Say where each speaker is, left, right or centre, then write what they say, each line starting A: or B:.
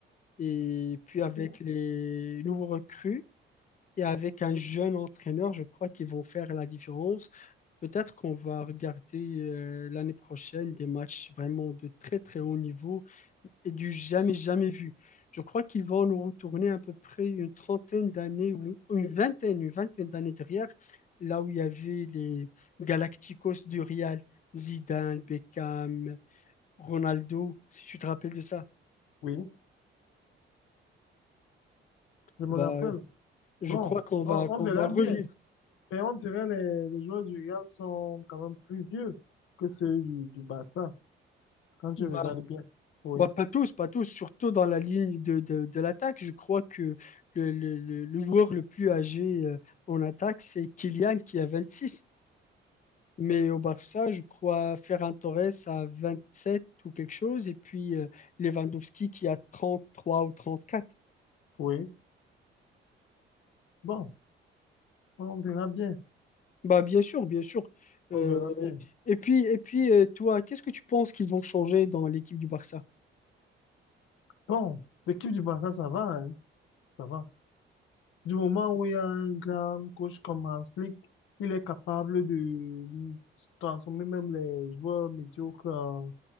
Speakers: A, on the left; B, on the left.
A: Et puis, avec
B: Ou-
A: les nouveaux recrues, Et avec un jeune entraîneur, je crois qu'ils vont faire la différence. Peut-être qu'on va regarder euh, l'année prochaine des matchs vraiment de très très haut niveau et du jamais jamais vu. Je crois qu'ils vont nous retourner à peu près une trentaine d'années ou une vingtaine, une vingtaine d'années derrière, là où il y avait les Galacticos du Real, Zidane, Beckham, Ronaldo, si tu te rappelles de ça.
B: Oui, je me
A: Bah,
B: rappelle.
A: je
B: Bon,
A: crois qu'on
B: on,
A: va qu'on
B: on verra
A: va revivre.
B: bien. Mais on dirait les, les joueurs du Real sont quand même plus vieux que ceux du, du Barça, quand je
A: Bah,
B: regarde bien. Oui,
A: Bah, pas tous, pas tous, surtout dans la ligne de, de, de l'attaque. Je crois que le, le- le- le joueur le plus âgé euh, en attaque, c'est Kylian qui a 26. Mais au Barça, je crois Ferran Torres a 27 ou quelque chose, et puis euh, Lewandowski qui a 33 ou 34.
B: oui. Bon, on verra bien.
A: Bah, bien sûr, bien sûr. Euh,
B: On verra bien.
A: et puis, et puis euh, toi, qu'est-ce que tu penses qu'ils vont changer dans l'équipe du Barça?
B: Bon, l'équipe du Barça, ça va, hein, ça va. Du moment où il y a un grand coach comme Hans Flick, il est capable de transformer même les joueurs médiocres en,